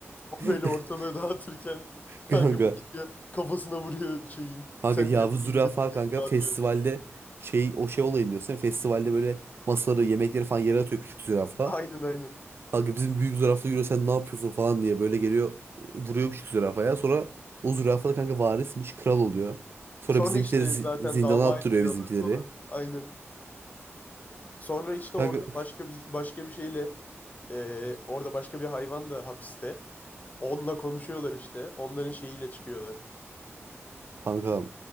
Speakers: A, on the left; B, on the right.
A: O
B: <laughs>
A: böyle ortalığı dağıtırken <laughs> kanka
B: Kanka.
A: bu gidiyor kafasına vuruyor şeyin.
B: Kanka
A: Sen
B: yavru
A: niye burada
B: zürafa
A: milletleri
B: kanka
A: dağıtıyorsun?
B: festivalde şey o şey olayını diyorsun. Festivalde böyle masaları yemekleri falan yere atıyor küçük zürafa.
A: Aynen aynen.
B: Kanka bizim büyük zürafa yürüyor sen ne yapıyorsun falan diye böyle geliyor vuruyor küçük zürafaya. Sonra o zürafa da kanka varismiş kral oluyor. Sonra
A: Sonra
B: bizimkileri
A: işte
B: zi-
A: zaten
B: zindana
A: dava
B: attırıyor
A: ediliyorlar
B: bizimkileri.
A: falan. Aynen. Sonra işte orada
B: Kanka,
A: başka bir başka bir şeyle e, orada başka bir hayvan da hapiste. Onunla konuşuyorlar işte. Onların şeyiyle çıkıyorlar.
B: kanka